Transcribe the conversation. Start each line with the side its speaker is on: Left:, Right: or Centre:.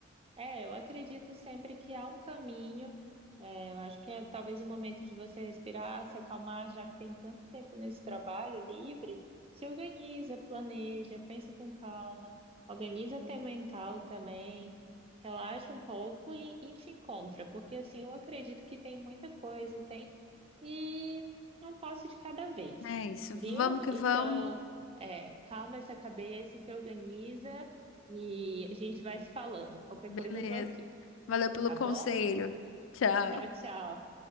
Right: É, eu acredito sempre que há um caminho. É, eu acho que é talvez o momento de você respirar, se acalmar, já que tem tanto tempo nesse trabalho livre. Se organiza, planeja, pensa com calma, organiza teu mental também, relaxa um pouco e, e se encontra, porque assim eu acredito que tem muita coisa, tem, e é um passo de cada vez,
Left: É isso.
Right: viu?
Left: Vamos que
Right: Então,
Left: vamos.
Right: é, calma essa cabeça, se organiza. E a gente vai se falando. Qualquer
Left: Beleza.
Right: coisa eu tô aqui,
Left: Valeu pelo
Right: tá
Left: conselho.
Right: bom?
Left: Tchau.
Right: Tchau, tchau.